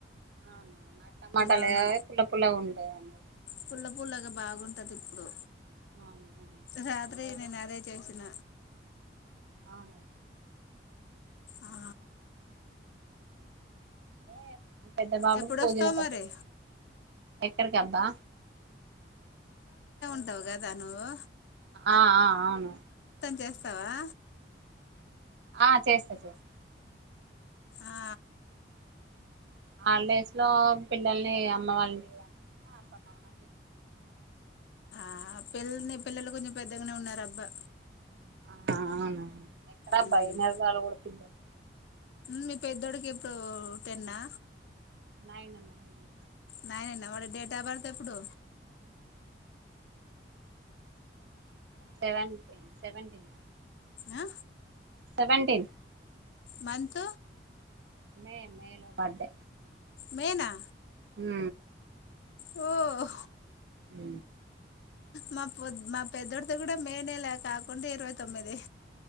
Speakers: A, on the right; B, on the left.
A: అవును <inaudible> నాటు టమాటాలే
B: అవును
A: పుల్ల పుల్ల ఉంటయ్ అన్ని
B: పుల్ల పుల్లగా బాగుంటది ఇప్పుడు
A: అవును అవును
B: రాత్రి నేను అదేచేసిన
A: అవున
B: ఆ
A: అదే పెద్ద బాబుకు
B: ఎప్పుడొస్తావు
A: భోజన పచ్చదు
B: మరి
A: ఎక్కడికబ్బా
B: ంటగాదానువు
A: ఆ ఆ అవును
B: చేస్తావా
A: ఆ చేస్తా చేస్తా
B: ఆ
A: హాలడేస్ లో పిల్లల్ని అమ్మ వాళ్ళని అపంచిన అ పడుాల
B: ఆ పిల్లల్ని పిల్లలు కొంచెం పెద్దగానే ఉన్నారు అబ్బా
A: ఆ, అవునవును ఎక్కడ
B: ఉమ్.
A: భయనేర వాళ్ళు కూడా పిల్లలు
B: మీ పె పెద్దోడుకి ఎప్పుడు టెన్నా
A: నైను నైనా
B: నయన వాడి డేట్ ఆఫ్ బర్త్ ఎప్పుడు
A: డువెన్ సెవెన్టిన్ మ
B: ఆ
A: సెవెంటీన్
B: మంత్
A: మే మే లో బర్డే
B: మేనా
A: ఉ
B: ఓ
A: అ
B: మాొ మా పెద్దడితో కూడా మేనేలే కాకుండా ఇరవై తొమ్మిది